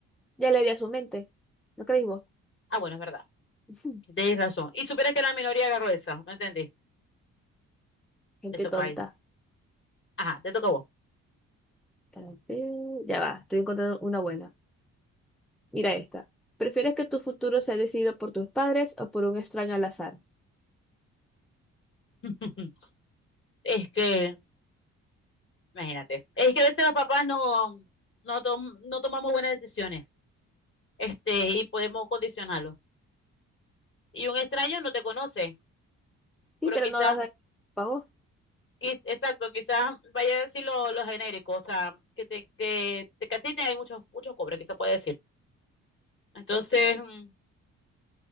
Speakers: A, in the centre; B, on the left.
A: Ya le di a su mente. ¿No creéis vos?
B: Ah, bueno, es verdad.
A: Ujú. <laughs>
B: Tienes razón. Y supieras que la minoría agarró esa, no entendí, de
A: Gente
B: ese
A: tonta.
B: país. Ajá, te toca a vos.
A: A ver, Ya va, estoy encontrando una buena. Mira esta. ¿Prefieres que tu futuro sea decidido por tus padres o por un extraño al azar?
B: <laughs> Es que, imagínate, es que a veces los papás no, no, tom- no tomamos buenas decisiones, este, y podemos condicionarlos. y un extraño no te conoce,
A: Sí,
B: pero
A: pero
B: quizás,
A: no das para vos.
B: quiz- exacto, quizás vaya a decir lo, lo genérico, o sea, que te, que te casiten hay muchos, muchos cobres, quizás puede decir. Entonces, mm,